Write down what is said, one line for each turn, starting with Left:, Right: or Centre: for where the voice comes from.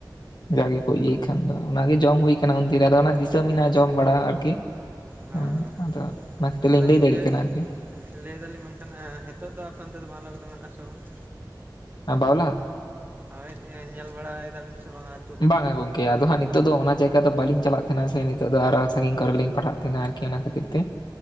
Left: ᱡᱟᱜᱮ ᱠᱚ ᱤᱭᱟᱹ ᱮᱱᱠᱷᱟᱱ ᱫᱚ ᱚᱱᱟᱜᱮ ᱡᱚᱢ ᱦᱩᱭ ᱟᱠᱟᱱᱟ ᱩᱱᱛᱤ ᱨᱮ ᱟᱫᱚ ᱚᱱᱟ ᱜᱮ ᱫᱤᱥᱟᱹ ᱢᱮᱱᱟᱜᱼᱟ ᱡᱚᱢ ᱵᱟᱲᱟ ᱟᱨᱠᱤ ᱾
Right: ᱦᱳᱭ
Left: ᱦᱮᱸ ᱟᱫᱚ ᱚᱱᱟ ᱠᱷᱟᱹᱛᱤᱨ ᱞᱤᱧ
Right: ᱟᱫᱚ
Left: ᱞᱟᱹᱭ
Right: ᱜᱚᱝᱠᱮ
Left: ᱫᱟᱲᱮᱭᱟᱜ ᱠᱟᱱᱟ ᱟᱨᱠᱤ ᱾
Right: ᱞᱟᱹᱭ ᱫᱟᱞᱤᱧ ᱢᱮᱱᱠᱷᱟᱱ ᱱᱤᱛᱳ ᱫᱚ ᱟᱯᱮ ᱚᱱᱛᱮ ᱫᱚ ᱵᱟᱶᱞᱟ ᱠᱚ ᱫᱚ ᱢᱮᱱᱟᱜᱼᱟ ᱟᱥᱮ ᱵᱟᱝᱼᱟ?
Left: ᱦᱮᱸ ᱵᱟᱶᱞᱟ?
Right: ᱦᱳᱭ ᱧᱮᱞ ᱵᱟᱲᱟᱭ ᱮᱫᱟ ᱵᱤᱱ ᱥᱮ ᱵᱟᱝᱼᱟ?
Left: ᱵᱟᱝᱼᱟ ᱜᱚᱝᱠᱮ ᱟᱫᱚᱦᱟᱜ ᱱᱤᱛᱚᱜ ᱫᱚ ᱚᱱᱟ ᱡᱟᱭᱜᱟ ᱫᱚ ᱵᱟᱞᱤᱧ ᱪᱟᱞᱟᱜ ᱛᱟᱦᱮᱱᱟ ᱥᱮ ᱱᱤᱛᱚᱜ ᱫᱚ ᱟᱨᱚ ᱥᱟᱺᱜᱤᱧ ᱠᱚᱨᱮ ᱞᱤᱧ ᱯᱟᱲᱦᱟᱜ ᱛᱟᱦᱮᱱᱟ ᱟᱨᱠᱤ ᱚᱱᱟ ᱠᱷᱟᱹᱛᱤᱨ ᱛᱮ